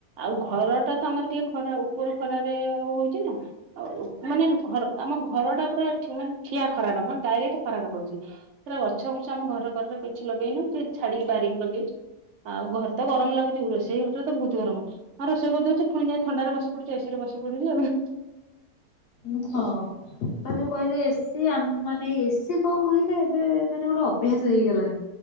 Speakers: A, on the right (about 55°); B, on the left (about 75°).
A: ଆଉ ଘରଟା ତମର ଟିକେ ଖରା ଉପର ଖରାରେ ହ ହ ହଉଚିନା। ଆଉ ମାନେ ଲୁ ଘର ଆମ ଘରଟା ପୁରା ଠିଁ ମାନ୍ ଠିଆ ଖରାଟା ମାନେ ଡାଇରେକ୍ଟ ଖରାଟା ପଡୁଚି। ପୁରା ଗଛ ବୃଛ ଆମ ଘର କଡରେ କିଛି ଲଗେଇନୁ କିଏ ଛାଡିକି ବାରିକି ଲଗେଇଚୁ। ଆଉ ଘର୍ ତ ଗରମ ଲାଗୁଚି ରୋଷେଇ ଘରଟା ତ ଭୋଉତୁ ଗରମ। ଆଉ ରୋଷେଇ କରିଦଉଚି ଫୁଣି ଯାଇଁ ଥଣ୍ଡାରେ ବସି ପଡୁଚି ଏ ସି ରେ ବସି ପଡୁଚି ଆଉ।
B: ଉଁ ହଁ। ଆପଣ ଯୋଉ କହିଲେ ଏ ସିି ଆମ୍ ମାନେ ଏ ସି କଁ କହିଲେ ଏବେ ମାନେ ଗୋଟେ ଅଭ୍ୟାସ ହେଇଗଲାଣି।